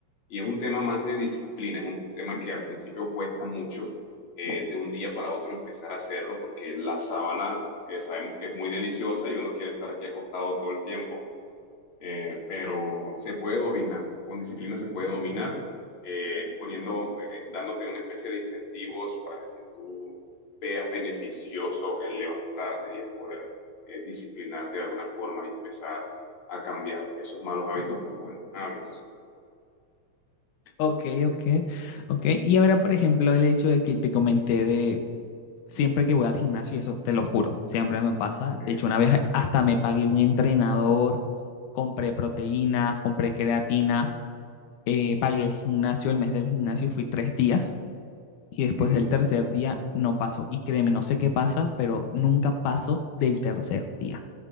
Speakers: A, on the left; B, on the left.
A: Y es un tema más de disciplina, es un tema que al principio cuesta mucho eh, de un día para otro empezar a hacerlo, porque la sábana eh, sabemos que es muy deliciosa y uno quiere estar aquí acostado todo el tiempo eh, pero se puede dominar, con disciplina se puede dominar, eh, poniendo, eh, dándote una especie de incentivos para que tú veas beneficioso el levantarte y el poder eh, disciplinarte de alguna forma y empezar a cambiar esos malos hábitos por buenos hábitos.
B: Ok, ok,
A: Entonces,
B: ok. Y ahora, por ejemplo, el hecho de que te comenté de siempre que voy al gimnasio, y eso te lo juro, siempre me pasa.
A: eh,
B: De hecho, una vez hasta me pagué un entrenador, compré proteína, compré creatina, eh, pagué el gimnasio, el mes del gimnasio y fui tres días y después
A: <laughs>
B: del tercer día no paso. Y créeme, no sé qué pasa, pero nunca paso del tercer día.